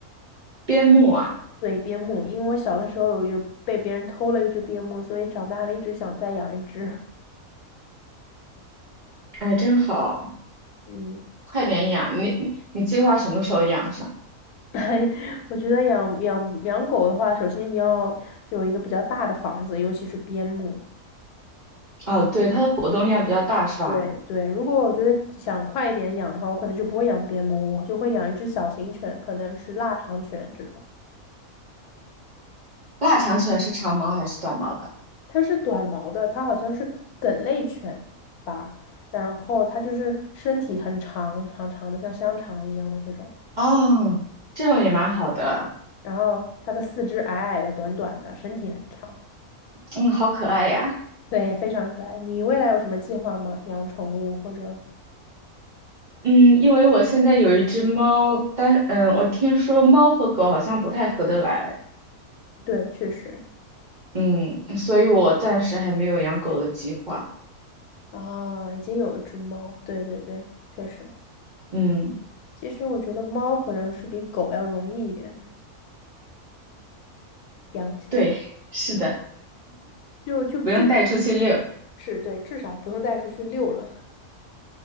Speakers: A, on the right (about 40°); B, on the left (about 85°).
A: 边牧啊，
B: 对，边牧，因为我小的时候有有被别人偷了一只边牧，所以长大了一直想再养一只。
A: 哎，真好。
B: <laughs> 嗯。
A: 快点养，你你你计划什么时候养上？
B: <laughs> 我觉得养养养狗的话，首先你要有一个比较大的房子，尤其是边牧。
A: 哦，对，它的活动量比较大是吧？
B: 对对，如果我觉得想快一点养的话，我可能就不会养边牧，我就会养一只小型犬，可能是腊肠犬这种。
A: 腊肠犬是长毛还是短毛的？
B: 它是短毛的，它好像是梗类犬吧，然后它就是身体很长长长的，像香肠一样的这种，
A: 哦，这种也蛮好的，
B: 然后它的四肢矮矮的、短短的，身体很长，
A: 嗯，好可爱呀。
B: 对，非常可爱。你未来有什么计划吗？养宠物或者？
A: 嗯，因为我现在有一只猫，但嗯，我听说猫和狗好像不太合得来，
B: 对，确实
A: 嗯，所以我暂时还没有养狗的计划。
B: 啊，已经有一只猫，对对对，确实。
A: 嗯，
B: 其实我觉得猫可能是比狗要容易一点的养起来，
A: 对，是的，
B: 就就至少
A: 不用带出去遛。
B: 是对，至少不用带出去遛了。